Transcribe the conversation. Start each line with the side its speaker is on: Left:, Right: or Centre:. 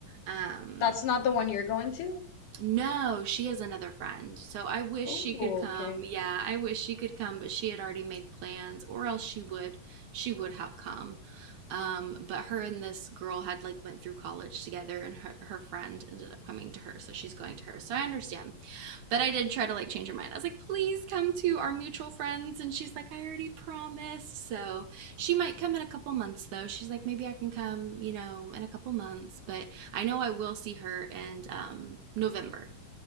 Right: um
Left: That's not the one you're going to?
Right: no, she has another friend. So I wish
Left: Oh,
Right: she could come.
Left: okay.
Right: Yeah, I wish she could come, but she had already made plans or else she would she would have come. Um, but her and this girl had like went through college together and her, her friend ended up coming to her, so she's going to her. So I understand. But I did try to like change her mind. I was like, please come to our mutual friends and she's like, I already promised. So she might come in a couple months though. She's like, maybe I can come, you know, in a couple months, but I know I will see her in um November